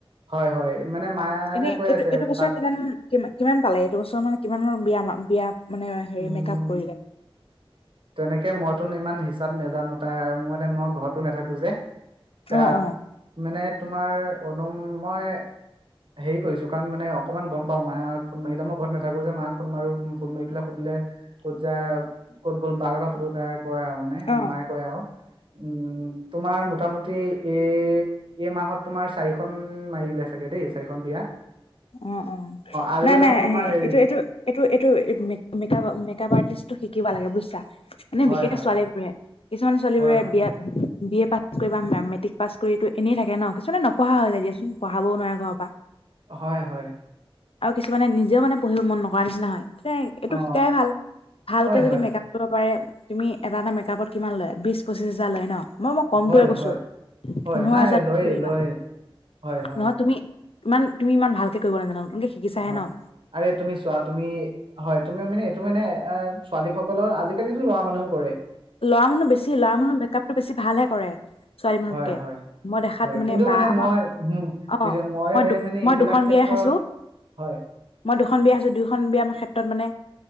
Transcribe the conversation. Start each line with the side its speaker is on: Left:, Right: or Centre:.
Right: হয় হয় মানে মায়াতে
Left: এনে
Right: কৈ
Left: এইটো
Right: আছে
Left: এইটো বছৰ
Right: বাট
Left: কিমান কি কিমান পালে এইটো বছৰ মানে কিমান মান বিয়া বিয়া মানে হেৰি
Right: উম
Left: মেক আপ কৰিলে?
Right: তেনেকে মইতো ইমান হিচাপ নাজানো তাই আৰু মইে মই ঘৰতো নাথাকো যে। তাক
Left: অ', অ',
Right: মানে তোমাৰ অনুম মই হেৰি কৰিছো কাৰণ মানে অকমান গম পাওঁ মাক ফোন মাৰিলে মই ঘৰত নাথাকো যে মাক ফোন মাৰো ফোন মাৰি পেলাই সুধিলে ক'ত যা ক'ত গ' বাাগৰা সনু নায়ক কয় আও মানে
Left: অ'।
Right: মায়ে কয় আও। উম তোমাৰ মোটামুটি এই এই মাহত তোমাৰ চাৰিখন মাৰিলে চাগে দেই চাৰিখন বিয়া।
Left: অ অ
Right: আৰু
Left: নাই
Right: এখন
Left: নাই
Right: তোমাৰ হেৰি
Left: এইটো এইটো এইটো এইটো মেকাপ মেকাপ আৰ্টিছটো শিক কিবা লাগে বুজিছা। মানে
Right: হয়
Left: বিশেষে
Right: হয়
Left: ছোৱালীবোৰে কিছুমান ছোৱালীবোৰে
Right: হয় হয়
Left: বিয়াত বি এ পাছ কৰি মেট্ৰিক পাছ কৰিতো এনেই থাকে ন কিছুমানে নপঢ়া হৈ যায় দিয়চোন পঢ়াবও নোৱাৰে ঘৰৰ পৰা।
Right: হয় হয়
Left: আৰু কিছুমানে নিজেও মানো পঢ়িব মন নকৰে। কৰ নিচিনা হয় তে এইটো
Right: অ অ
Left: শিকাই ভাল ভালকে
Right: হয়
Left: যদি
Right: হয়
Left: মেকআপ কৰিব পাৰে। তুমি এটা এটা মেকআপত কিমান লয় বিশ পঁচিশ হাজাৰ লয় ন। মই মই কম
Right: হয়
Left: দৰে কৈছো
Right: হয় হয়
Left: পোন্ধৰ
Right: নাই
Left: হাজাৰ
Right: লয়ে
Left: লোৱা
Right: লয়ে হয়, হয়,
Left: নহয় তুমি ইমান তুমি ইমান ভালকে কৰিব নাজানা নতুনকে শিকিছাহে
Right: হয়
Left: ন
Right: আৰে তুমি চোৱা তুমি হয় তুমি মানে এইটো মানে অঁ ছোৱালীসকলৰ আজিকালিতো লৰা মানুহো কৰে।
Left: ল'ৰা মানুহ বেছি ল'ৰা মানুহৰ মেকআপটো বেছি ভালহে কৰে। ছোৱালী মানুহতকে
Right: হয় হয়
Left: মই দেখাত
Right: হয় কিন্তু
Left: বা
Right: মানে
Left: আমাৰ
Right: মই উ
Left: অ
Right: কিছ মই
Left: দু
Right: এই মানে
Left: মই
Right: এইবিলাক
Left: দুখন
Right: ক্ষেত্ৰত
Left: বিয়াই খাইছো
Right: হয়।
Left: মই দুখন বিয়া খাইছো দুয়োখন বিয়া ক্ষেত্ৰত মানে